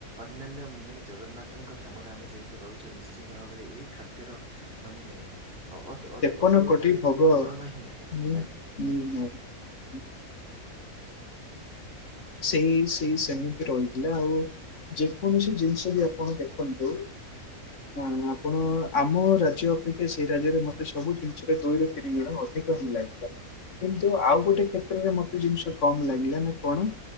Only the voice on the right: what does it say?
ଅନ୍ୟାନ୍ୟ ମାନେ ଜଗନ୍ନାଥଙ୍କ ଧାମରେ ଆମେ ଯେହେତୁ ରହୁଚୁ ନିଶ୍ଚିନ୍ତ ଭାବରେ ଏଇ ଖାଦ୍ୟର ମାନେ ଅତୁ ଅତୁ
ଅତୁଳ
ମାନେ
ତୁଳନା ହିିଁ ନାହିଁ
ଆଜ୍ଞା।
ଆଜ୍ଞା